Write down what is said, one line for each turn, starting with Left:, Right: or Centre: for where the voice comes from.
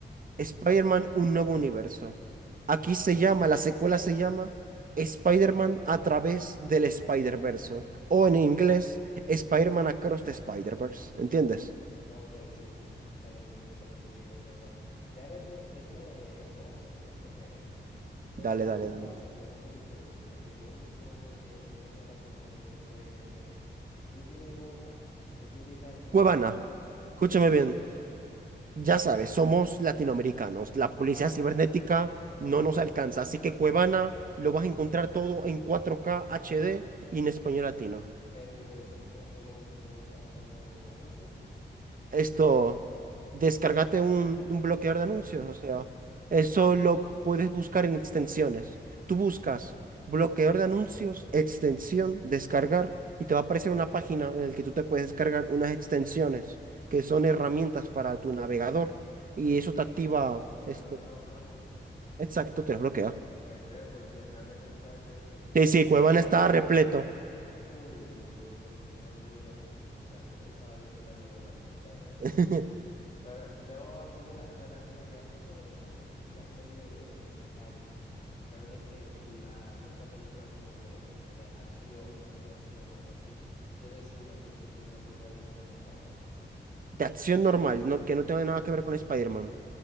Left: ujú.
Right: Spider-Man Un Nuevo Universo. Aquí se llama, la secuela se llama Spider-Man a través del Spider-Verse. O en inglés, Spider-Man Across the Spider-Verse. ¿Entiendes?
Left: Ok, sí, sí, te la entendí, te la entendí, perfecta. Ya después, después de ella, yo la voy a poner en la preferencia. Pero
Right: Dale,
Left: en dado
Right: dale,
Left: caso
Right: dale.
Left: que no esté disponible, porque yo uso eh, una plataforma de web serie, algo así, tú tienes otra que tú digas que
Right: Cuevana,
Left: le- me la tengo
Right: escúchame
Left: que ver
Right: bien.
Left: sí o sí,
Right: Ya sabes, somos latinoamericanos. La policía
Left: en Cuevana.
Right: cibernética
Left: No.
Right: no nos alcanza. Así que Cuevana
Left: <laughs>
Right: lo vas a encontrar todo en 4K HD y en español latino.
Left: Pero y los, expo- eh, los, los, ah, los anuncios,
Right: Esto, descárgate un, un bloqueador de anuncios.
Left: Place,
Right: O sea, eso lo puedes buscar en extensiones. Tú buscas bloqueador de anuncios, extensión, descargar, y te va a aparecer una página en la que tú te puedes descargar unas extensiones que son herramientas para tu navegador. Y eso te activa
Left: que te bloquean
Right: esto.
Left: la- lo- los anuncios.
Right: Exacto, te los bloquea.
Left: Tendré, porque realmente tú sabes que, que después
Right: Sí, sí, Cuevana
Left: viene.
Right: estaba
Left: <laughs>
Right: repleto
Left: Uy, uy, uy, no, eh, no digas mucho, muchacho. Tú sabes que eso está lleno de anuncios realmente.
Right: <laughs>
Left: Pero yo a mí de la, de la serie, aparte de esa de, de la serie de, de, de Spider-Man, realmente las otras películas como de, de acción, más de acción o algo así, tienes una que tú po- me podrías recomendar o algo así.
Right: de acción normal, ¿no? Que no tenga
Left: Ajá.
Right: nada que ver con Spider-Man.